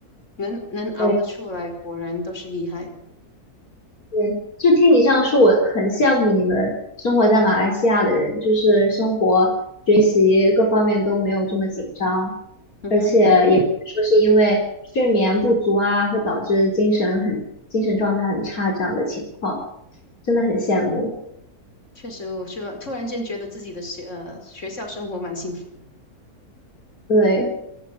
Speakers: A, on the left; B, on the left.
A: 能能熬得出来，
B: 对
A: 果然都是厉害的。
B: 对，就听你这样说，我很羡慕你们生活在马来西亚的人，就是生活、学习各方面都没有这么紧张，
A: 嗯哼，
B: 而且也不会说是因为睡眠不足啊，会导致精神很精神状态很差这样的情况，真的很羡慕。
A: 确实，我说突然间觉得自己的学呃学校生活蛮幸福
B: 对，